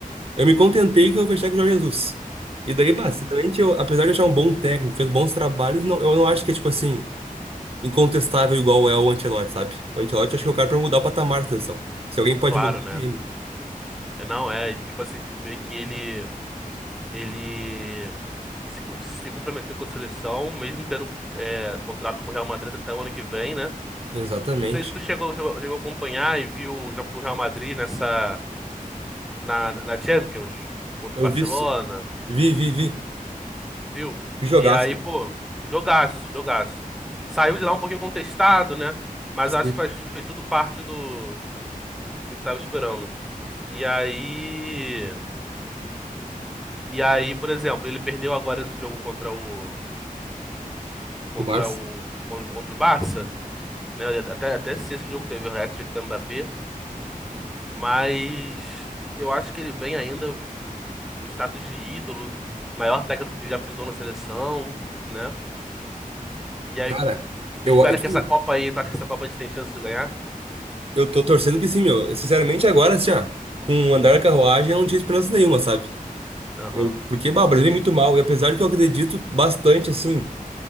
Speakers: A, on the right; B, in the centre.
A: Eu me contentei
B: sim,
A: que eu fechar com o Jorge Jesus. E daí, bah, sinceramente, eu, apesar de achar um bom técnico, fez bons trabalhos, não, eu não acho que é, tipo assim, incontestável igual é o Ancelotti, sabe? O Ancelotti
B: sim.
A: acho que é o cara pra mudar o patamar da seleção. Se alguém pode
B: Claro,
A: mudar,
B: né?
A: é ele.
B: Hum. É, não, é, tipo assim, tu vê que ele, ele se, co- se comprometeu com a seleção, mesmo tendo é, contrato com o Real Madrid até o ano que vem, né?
A: Exatamente.
B: Não sei se tu chegou, chegou, chegou a acompanhar e viu o jogo do Real Madrid nessa, na, na Champions contra
A: Eu
B: o Barcelona,
A: vi, isso- vi, vi, vi.
B: viu?
A: Vi jogaço,
B: E aí,
A: mano.
B: pô, jogaço, jogaço. Saiu de lá um pouquinho contestado, né? Mas
A: Sim,
B: acho que faz, fez tudo parte do, do que tava esperando. E aí. E aí, por exemplo, ele perdeu agora esse jogo contra o. Contra
A: o Barça.
B: o. Contra o Barça. né? Até, até se esse jogo teve o hat-trick do Mbappé, mas eu acho que ele vem ainda com status de ídolo, maior técnico que já pisou na seleção, né? E aí
A: Cara,
B: tu, tu
A: eu,
B: espera
A: é, tipo
B: que essa
A: assim,
B: Copa aí, tu acha que essa Copa a gente tem chance de ganhar?
A: eu tô torcendo que sim, meu. Sinceramente, agora, assim, ó, com o andar da carruagem, eu não tinha esperança nenhuma, sabe?
B: Aham,
A: Eu, porque, bah, o Brasil é muito mal, e apesar de que eu acredito bastante, assim.